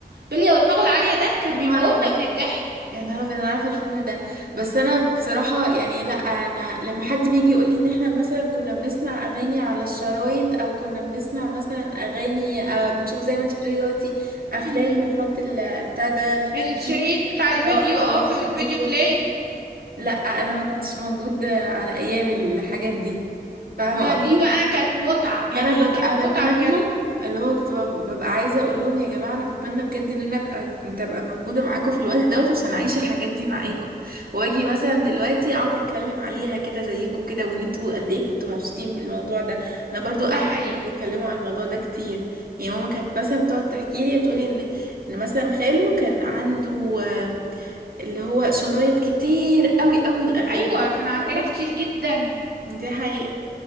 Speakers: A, on the right; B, on the right.
A: بلية ودماغه العالية ده كان
B: يا نهار
A: بيموتنا
B: ابيض
A: من الضحك
B: يا نهار أبيض، انا عارفه الفيلم ده بس انا بصراحه يعني لا انا لما حد بيجي يقول لي ان احنا مثلا كنا بنسمع اغاني على الشرايط او كنا بنسمع مثلا اغاني آه، بنشوف زي ما انت بتقولي دلوقتي افلام
A: مهم.
B: بنحط ال- بتاع ده السي
A: الشريط
B: دي
A: بتاع الفيديو
B: اه او
A: اه
B: السي
A: في الفيديو
B: دي دول
A: بلاي
B: حاجة. لا انا ما كنتش موجود على ايام الحاجات دي فاهمه
A: ده
B: قصدي
A: دي بقى كانت متعة يعني
B: فانا ببقى
A: كانت
B: بتمنى
A: متعة بجد
B: اللي هو كنت بب- ببقى عايزه اقول لهم يا جماعه انا بتمنى بجد ان انا ابقى كنت ابقى موجوده معاكم في الوقت دوت عشان اعيش الحاجات دي معاكم واجي مثلا دلوقتي اقعد اتكلم عليها كده زيكم كده وان انتوا قد ايه كنتوا مبسوطين بالموضوع ده انا برضو اهلي
A: ده حقيقي
B: كانوا بيتكلموا على الموضوع ده كتير يعني ماما كانت مثلا بتقعد تحكي لي بتقولي ان ان مثلا خاله كان عنده آه، اللي هو شرايط كتير قوي قوي الاغاني
A: ايوه كان عندنا
B: فاهمة؟
A: كتير جدا
B: دي حقيقة